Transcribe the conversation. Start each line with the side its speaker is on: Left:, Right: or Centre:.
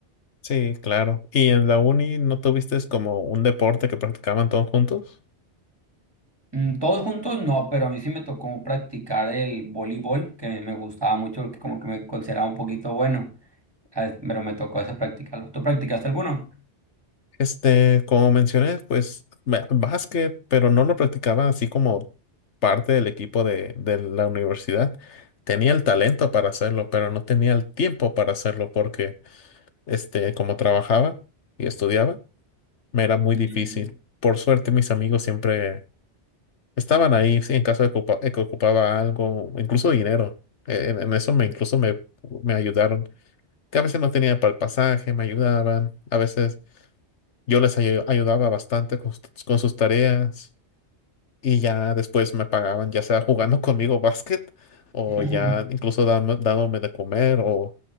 Left: Sí, claro. ¿Y en la uni no tuviste como un deporte que practicaban todos juntos?
Right: Mm, Todos juntos no, pero a mí sí me tocó practicar el voleibol, que me gustaba mucho, porque como que me consideraba un poquito bueno, Ah, pero me tocó ese practicarlo. ¿Tú practicaste alguno?
Left: Este, como mencioné, pues ba- básquet, pero no lo practicaba así como parte del equipo de, de la universidad. Tenía el talento para hacerlo, pero no tenía el tiempo para hacerlo porque, este, como trabajaba y estudiaba, me era muy
Right: Ujú.
Left: difícil. Por suerte, mis amigos siempre Estaban ahí, sí, en caso de, ocupa- de que ocupaba algo, incluso dinero. Eh, En, en eso me incluso me, me ayudaron. Que a veces no tenía para el pasaje, me ayudaban. A veces yo les ayu- ayudaba bastante con, sus con sus tareas. Y ya después me pagaban, ya sea jugando <laughs> conmigo básquet, o
Right: <laughs>
Left: ya incluso dam- dándome de comer, o,